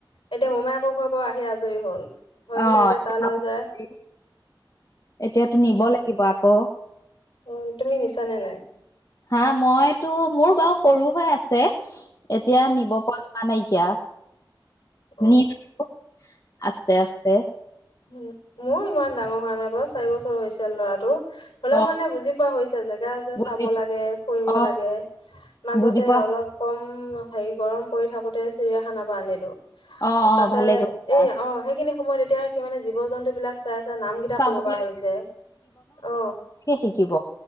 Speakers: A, on the left; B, on the left.
A: এতিয়া মোমায়েকৰ ঘৰৰ পা আহি আজৰি হল হৈ
B: অ
A: পেলাই এতিয়া তালৈ
B: যাবই।
A: যায়
B: এতিয়াতো নিব লাগিব আকৌ
A: অ তুমি নিছানে নাই
B: হা মইতো মোৰ বাও সৰু হৈ আছে এতিয়া
A: অ
B: নিব পৰা হোৱা নাইকীয়া
A: অ
B: নিতো আস্তে আস্তে
A: উম মোও ইমান ডাঙৰ হোৱা নাই বাৰু চাৰি বছৰ হৈছে ল'ৰাটো হ'লেও
B: অ
A: মানে বুজি পোৱা হৈছে জেগা যে
B: বুজি
A: চাব লাগে ফুৰিব
B: অ
A: লাগে মাজতে
B: বুজি পোৱা
A: অলপ কম হেৰি গৰম পৰি থাকোতে চিৰিয়াখানা পা আনিলো
B: অ অ
A: তাতে
B: ভালে কৰিছা
A: এই অ সেইখিনি সময়ত এতিয়া সি মানে জীৱ জন্তু বিলাক চাই চাই নাম গিটা
B: চাবলে
A: কব পৰা হৈছে অ
B: হে শিকিব